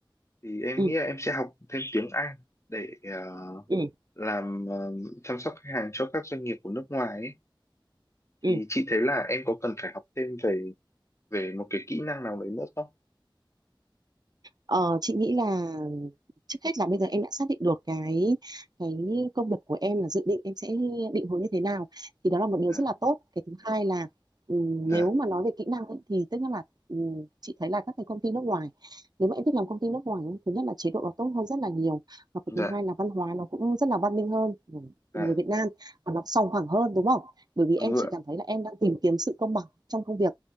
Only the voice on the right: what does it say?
ừ ừ,
ừ.
ừ.
Ờ, chị nghĩ là trước hết là bây giờ em đã xác định được cái cái công việc của em là dự định em sẽ định hướng như thế nào thì đó là một điều
rất là tốt. Cái thứ hai là ừm,
nếu mà nói về kỹ năng ấy, thì tức là ừm, chị thấy là các cái công ty nước ngoài nếu mà em thích làm công ty nước ngoài ấy, thứ nhất là chế độ nó tốt hơn rất là nhiều và cái
thứ hai là văn hóa nó cũng rất là văn minh hơn của
người Việt Nam và nó sòng phẳng hơn đúng không? Bởi vì
em
chỉ
cảm thấy là em đang tìm kiếm sự công bằng trong công việc